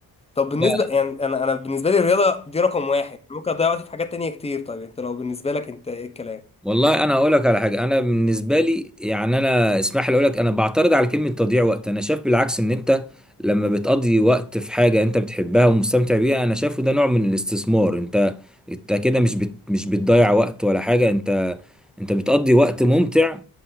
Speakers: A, on the left; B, in the centre.
A: طب بالنسبه
B: قوي
A: يعني انا انا بالنسبه لي الرياضه دي رقم واحد ممكن اضيع وقتي في حاجات تانية كتير طيب انت لو بالنسبه لك انت ايه الكلام
B: والله انا هقول لك على حاجه انا بالنسبه لي يعني انا اسمح لي اقول لك انا بعترض على كلمه تضييع وقت انا شايف بالعكس ان انت لما بتقضي وقت في حاجه انت بتحبها ومستمتع بيها انا شايفه ده نوع من الاستثمار انت انت كده مش بت مش بتضيع وقت ولا حاجه انت انت بتقضي وقت ممتع